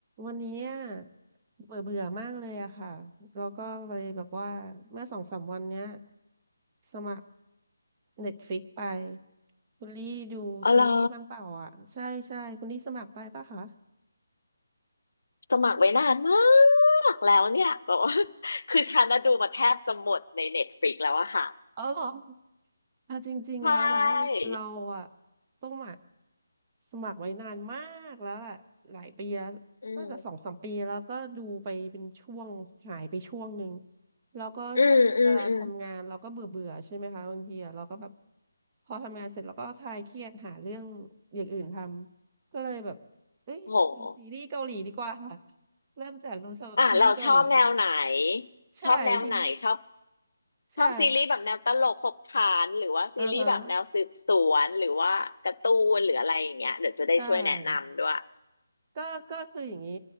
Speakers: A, on the right; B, on the left.
A: วันนี้อะเบื่อเบื่อมากเลยอะค่ะแล้วก็เลยแบบว่าเมื่อสองสามวันเนี้ยสมัครเน็ตฟ i ิกไปคุณลี่ดูซีรีส์บ้างเปล่าอ่ะใช่ใช่คุณลี่สมัครไปปะคะ
B: อ๋อเหรอสมัครไว้นานมากแล้วเนี่ยบอกว่า <laughs> คือฉันนะดูมาแทบจะหมดในเน็ตฟ i ิกแล้วอะค่ะ
A: เออเหรอ เอาจริงๆแล้วนะเราอะ
B: ใช่
A: ต้องหมักสมัครไว้นานมากแล้วแหละหลายปีแล้ว
B: อืม
A: น่าจะสองสามปีแล้วก็ดูไปเป็นช่วงหายไปช่วงหนึ่งแล้วก็ช่วงเวลาทำงานเราก็เบื่อเบื่อใช่ไหมคะบางทีอะเราก็แบบ
B: อืมอืมอืม
A: พอทำงานเสร็จเราก็คลายเครียดหาเรื่องอย่างอื่นทำก็เลยแบบเอ้ยดูซีรีส์เกาหลีดีกว่าค่ะ
B: โห
A: เริ่มจากดูซีรีส์เกาหลี
B: อ่ะเราชอบแนวไหน
A: ใช่ที่นี้
B: ชอบแนวไหนชอบ
A: ใช่
B: ชอบซีรีส์แบบแนวตลกขบขันหรือว่าซีรีส์แบบแนวสืบสวนหรือว่าการ์ตูนหรืออะไรอย่างเงี้ยเดี๋ยวจะได้ช่วยแนะนำด้วย
A: อ่าฮะใช่ ก็ก็คืออย่างนี้